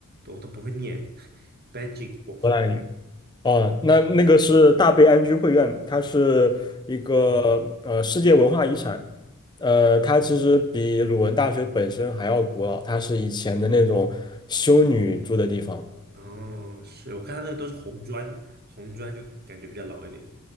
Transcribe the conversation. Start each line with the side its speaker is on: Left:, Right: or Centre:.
Right: 我都不会念 b a g i c w o l
Left: 荷兰哦，那那个是大悲安居会院，它是一个呃世界文化遗产，呃，它其实比鲁文大学本身还要古老，它是以前的那种修女住的地方。
Right: 哦，是我看它那个都是红砖，红砖就感觉比较老一点，